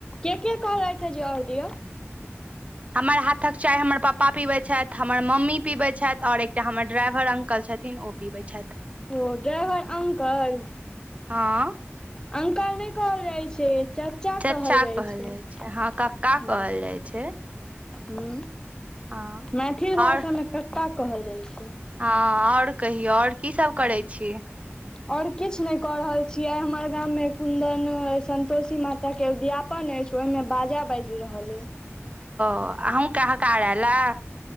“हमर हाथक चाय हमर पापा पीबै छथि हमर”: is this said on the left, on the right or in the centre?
Right